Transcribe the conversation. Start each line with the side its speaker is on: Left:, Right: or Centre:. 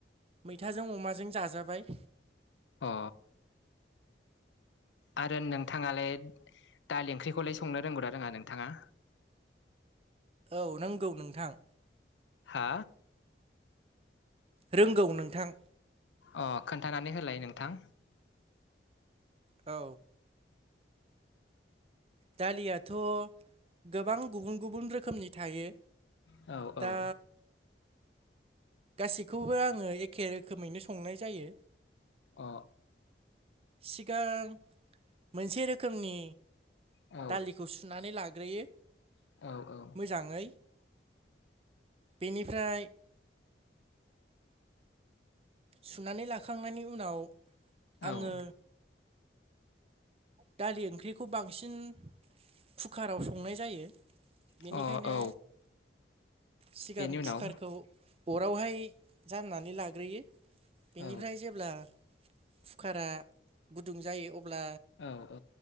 Right: मैथाजों अमाजों जा जाबाय
Left: अ आरो नोंथाङालाय दालि ओंख्रिखौलाय संनो रोंगौना रोङा नोंथाङा?
Right: औ रोंगौ नोंथां।
Left: हा
Right: रोंगौ नोंथां।
Left: अ खोन्थानानै होलाय नोंथां।
Right: औ दालियाथ' गोबां गुबुन गुबुन रोखोमनि थायो।
Left: औ
Right: दा
Left: औ
Right: गासैखौबो आङो एखे रोखोमैनो संनाय जायो।
Left: अ
Right: सिगां मोनसे रोखोमनि
Left: औ
Right: दालिखौ सुनानै लाग्रोयो
Left: औ औ
Right: मोजाङै बेनिफ्राय सुनानै लाखांनायनि उनाव
Left: औ
Right: आङो दालि ओंख्रिखौ बांसिन कुकाराव संनाय जायो बेनिखायनो
Left: अ औ
Right: सिगां
Left: बेनि उनाव
Right: खुकारखौ अरावहाय जाननानै लाग्रोयो बेनिफ्राय
Left: औ
Right: जेब्ला खुकारा गुदुं जायो अब्ला
Left: औ औ